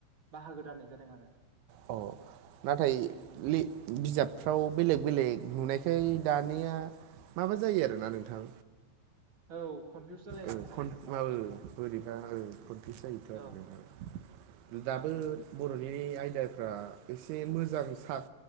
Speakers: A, on the right; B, on the right.
A: बाहागो राननाय जादों आरो
B: औ नाथाय
A: औ
B: लि बिजाबफ्राव बेलेग बेलेग नुनायखाय दानिया माबा जायो आरोना नोंथां
A: औ कनफिउस जालायलांनो
B: ओ
A: नागिरो
B: बोरैबा
A: मालाबा समाव
B: खनफुइस जायोथ' आरो
A: औ औ
B: दाबो बर'नि आयदाफ्रा एसे मोजां सार